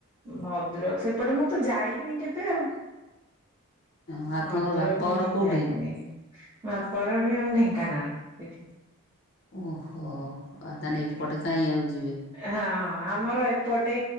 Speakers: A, on the right; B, on the left.
A: ଭଦ୍ରକ ସେପଟେ ମୁଁ ତ ଯାଇନି କେବେ ଆଉ।
B: ଆଉ ଆପଣଙ୍କର
A: ଭଦ୍ରକ
B: ବାପଘର
A: ମୁଁ
B: କୋଉଠି?
A: ଯାଇନି। ବାପ ଘର ବି ଆମ ଢେଙ୍କାନାଳ।
B: ଓହୋ। ଆଉ ତାହେଲେ
A: ଏଠି।
B: ଏପଟେ କାହିଁ ଆଉ ଯିବେ।
A: ହଁ ଆମର ଏପଟେ